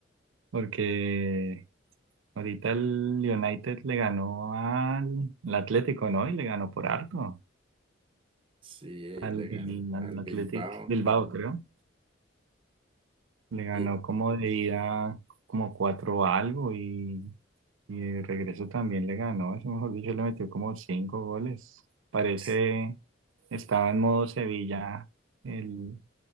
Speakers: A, on the right (about 85°); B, on the right (about 25°).
A: porque ahorita el United le ganó al al Atlético, ¿no? Y le ganó por harto
B: Sí, y
A: al,
B: le
A: Bil-
B: gana al
A: al Athletic
B: Bilbao
A: Bilbao, creo. Le ganó
B: y
A: como de ida como cuatro algo y, y de regreso también le ganó. Eso, mejor dicho, le metió como cinco goles. Parece
B: pues,
A: estaba en modo Sevilla el,